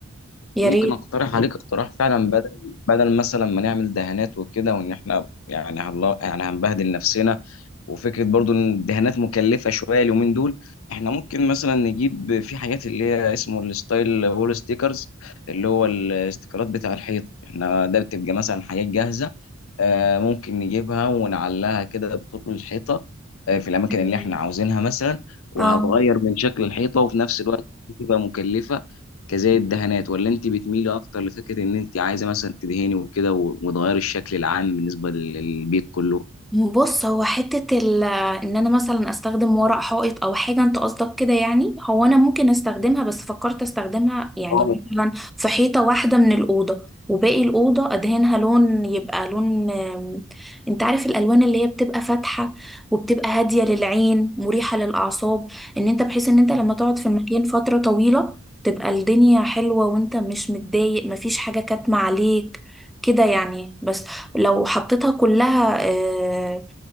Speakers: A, in the centre; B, on the left.
A: يا
B: ممكن
A: ريت
B: اقترح عليك اقتراح فعلا بدل بدل مثلا ما نعمل دهانات وكده وان احنا يعني هنلا يعني هنبهدل نفسنا وفكره برضو ان الدهانات مكلفه شويه اليومين دول احنا ممكن مثلا نجيب في حاجات اللي هي اسمه الستايل وول ستيكرز اللي هو الاستيكرات بتاع الحيط احنا ده بتبقى مثلا حاجات جاهزه آه، ممكن نجيبها ونعلقها كده بطول الحيطة آه، في الأماكن
A: تمام.
B: اللي احنا عاوزينها مثلا وهتغير
A: اه
B: من شكل الحيطة وفي نفس الوقت تبقى مكلفة كزي الدهانات ولا انت بتميلي أكتر لفكرة إن انت عايزة مثلا تدهني وكده و- وتغيري الشكل العام بالنسبة للبيت كله؟
A: بص هو حتة ال ان انا مثلا استخدم ورق حائط او حاجة انت قصدك كده يعني هو انا ممكن استخدمها بس فكرت استخدمها يعني
B: اه
A: مثلا في حيطة واحدة من الأوضة وباقي الأوضة ادهنها لون يبقى لون آم، انت عارف الألوان اللي هي بتبقى فاتحة وبتبقى هادية للعين مريحة للأعصاب ان انت بحيث ان انت لما تقعد في المكان فترة طويلة تبقى الدنيا حلوة وانت مش متضايق مفيش حاجة كاتمة عليك كده يعني بس لو حطيتها كلها آه،